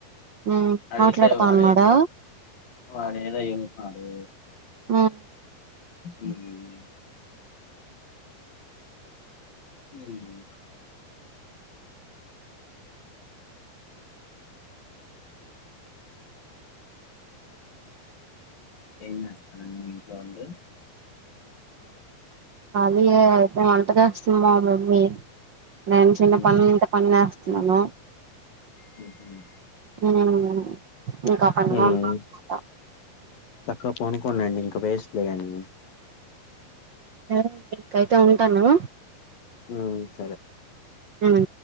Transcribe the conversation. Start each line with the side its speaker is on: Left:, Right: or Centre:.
Right: ఉమ్
Left: అడిగితే
Right: మాట్లాడుతా
Left: వాడేదో
Right: అన్నాడా
Left: వాడేదో చెబుతున్నాడు
Right: ఉమ్
Left: మ్మ్ హ్మ్ మ్మ్ ఏం చేస్తానండి మీ ఇంట్లో వాళ్లు
Right: కాలి ఐ వంట చేస్తుంది మా మమ్మీ నేను చిన్న
Left: ఉమ్
Right: పనులు ఉంటే పని చేస్తున్నాను
Left: మ్మ్ హ్మ్
Right: ఉమ్ ఇంకా పని
Left: ఉమ్,
Right: లో ఉన్న ఇంకా
Left: తక్కువ పడుకోని లెండి ఇంకా వేస్ట్లే గాని
Right: ఇంయితే ఉంటాను.
Left: ఉ సరే.
Right: హు